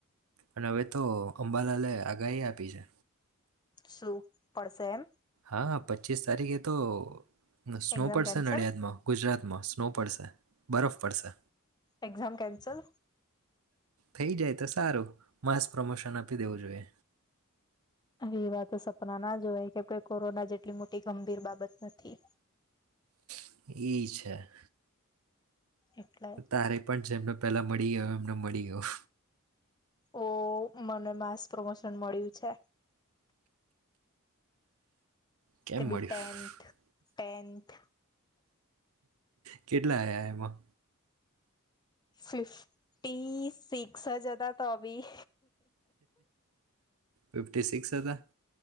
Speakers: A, on the right (about 75°); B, on the left (about 20°).
A: અને હવે તો અંબાલાલે આગાહી આપી છે.
B: શું પડશે એમ.
A: હા પચીસ તારીખે તો <unintelligible>
B: એક્ઝામ
A: પડશે
B: કેન્સલ
A: નડિયાદમાં ગુજરાત માં <unintelligible> પડશે બરફ પડશે.
B: Exam cancel.
A: થઈ જાય તો સારું માસ પ્રમોશન આપી દેવું જોઈએ.
B: હવે એવા તો સપના ના જોવાય કે કોરોના જેટલી મોટી ગંભીર બાબત નથી.
A: <unintelligible> છે.
B: એટલે
A: તારે પણ જેમનો. પહેલાં મળી ગયો એમને મળી ગયો.
B: ઓ મને માસ પ્રમોશન મળ્યું છે.
A: કેમ
B: તે બી
A: મળ્યું
B: <unintelligible> ટેન્થ.
A: કેટલા <unintelligible> એમાં.
B: ફિફ્ટટી સિક્સ હ જતા તો બી
A: ફિફ્ટી સિક્સ હતા <inaudible>